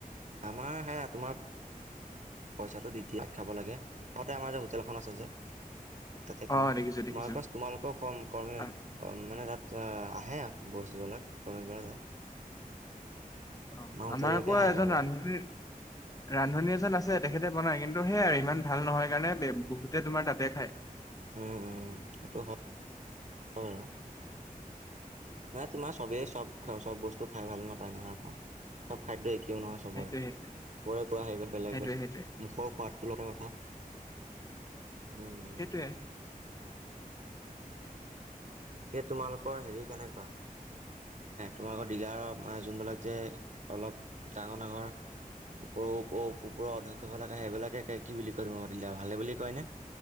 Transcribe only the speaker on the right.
আমাৰ সেয়া তোমাৰ পইচাটো দি দিয়ে ভাত খাব লাগে তাতে আমাৰ যে হোটেলখন আছে যে। তাতে
খাওঁ,
তোমালোকৰ তোমালোকৰ ক কৰ্ম
মানে তাত আহে আৰু বস্তুবিলাক চমন কৰা যায়।
হোটেললৈকে
আহে
খাবলৈ
উম, উম, সেইটো হয় আৰু। মানে তোমাৰ চবেই চব চব বস্তু খাই ভাল নাপায় নহয় আকৌ, চব খাদ্য একে কিয় নহয় চবৰে
পৰে কোৱা সেইবিলাক বেলেগ
বেলেগ
মুখৰ সোৱাদটো লগা কথা। উম।
উম। এ তোমালোকৰ হেৰি কেনেকুৱা? তোমালোকৰ ডিলাৰৰ মানে যোনবিলাক যে অলপ ডাঙৰ ডাঙৰ। ওপৰৰ ওপৰৰ অধ্যক্ষ ফালাকে সেইবিলাকে কি বুলি কয় তোমোক ডিলাৰ ভালে বুলি কয়নে?